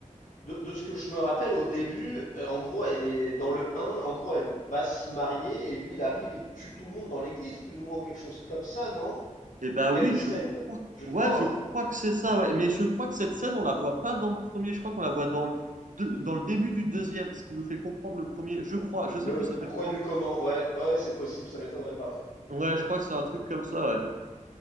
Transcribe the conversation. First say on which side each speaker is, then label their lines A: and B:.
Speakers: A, on the left; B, on the right.
A: De, de ce que je me rappelle au début, euh, en gros, elle est dans le 1, en gros, elle va se marier et lui, il arrive, il tue tout le monde dans l'église, plus ou moins, ou quelque chose comme ça, non?
B: Eh ben
A: Où il y
B: oui,
A: a une scène,
B: je
A: co-
B: crois.
A: je
B: Ouais,
A: crois,
B: je crois
A: hein?
B: que c'est ça. ouais. Mais je crois que cette scène, on la voit pas dans le premier. Je crois qu'on la voit dans le deux- dans le début du deuxième, ce qui nous fait comprendre le premier. Je crois. Je sais
A: Le
B: plus. Ça
A: pourquoi
B: fait longtemps.
A: du comment, ouais, ouais, c'est possible, ça m'étonnerait pas.
B: Ouais, je crois que c'est un truc comme ça. ouais.